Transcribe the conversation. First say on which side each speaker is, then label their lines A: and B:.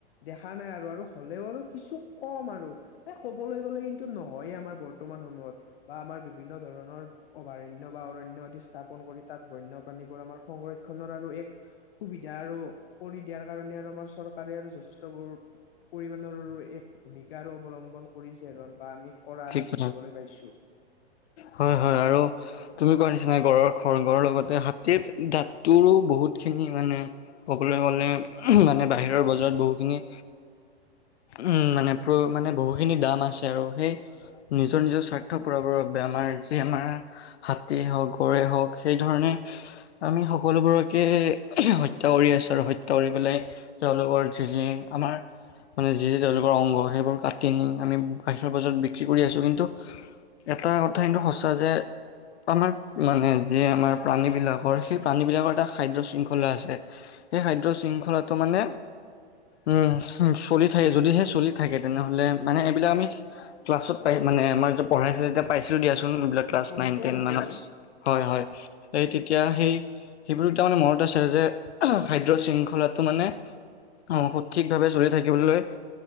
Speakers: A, on the left (about 60°); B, on the left (about 85°).
A: দেখা নাই আৰু, আৰু হ'লেও আৰু কিছু কম আৰু এই ক'বলৈ গ'লে কিন্তু নহয় আমাৰ বৰ বৰ্তমান সময়ত বা আমাৰ বিভিন্ন ধৰণৰ অভয়াৰণ্য বা অৰণ্য আদি স্থাপন কৰি তাত বন্যপ্ৰাণীবোৰ আমাৰ সংৰক্ষণৰ আৰু এক সুবিধা আৰু কৰি দিয়াৰ কাৰণে আৰু আমাৰ চৰকাৰে আৰু যথেষ্টবোৰ পৰিমাণৰো এক ভূমিকা আৰু অৱলম্বন কৰিছে আৰু বা আমি কৰা আমি
B: অহ,
A: দেখিবলৈ পাইছো
B: হয় হয় আৰু তুমি কোৱাৰ নিচিনা গঁড়ৰ, খড় গঁড়ৰ লগতে হাতীৰ দাঁতটোৰো বহুত খিনি মানে ক'বলৈ গ'লে উমহ মানে বাহিৰৰ বজাৰত বহুখিনি উম মানে প্ৰ মানে বহুখিনি দাম আছে আৰু সেই নিজৰ নিজৰ স্বাৰ্থ পুৰাবৰ বাবে আমাৰ যি আমাৰ হাতীয়ে হওঁক, গড়ে হওঁক সেই ধৰণে আমি সকলোবোৰকে হত্যা কৰি আছোঁ আৰু হত্যা কৰি পেলাই তেওঁলোকৰ যি যি আমাৰ মানে যি যি তেওঁলোকৰ অংগ সেইবোৰ কাটি নি আমি বাহিৰৰ বজাৰত বিক্ৰী কৰি আছোঁ। কিন্তু এটা কথা কিন্তু সঁচা যে আমাৰ মানে যি আমাৰ প্ৰাণী বিলাকৰ সেই প্ৰাণী বিলাকৰ এটা খাদ্য শৃংখলা আছে।
A: <inaudible>
B: সেই খাদ্য শৃংখলাটো মানে উম হোম চলি থাকে, যদিহে চলি থাকে তেনেহ'লে মানে এইবিলাক আমি ক্লাছত পাই মানে আমাৰ যেতিয়া পঢ়াইছে যেতিয়া পাইছিলো দিয়া চোন এইবিলাক। ক্লাছ
A: সৰুতে
B: নাইন, টেন
A: পাইছিলো
B: মানত। হয় হয়। এই তেতিয়া সেই সেইবোৰ এতিয়া মানে মনত আছে যে উমহ খাদ্য শৃংখলাটো মানে অঁহ সঠিক ভাৱে চলি থাকিবলৈ,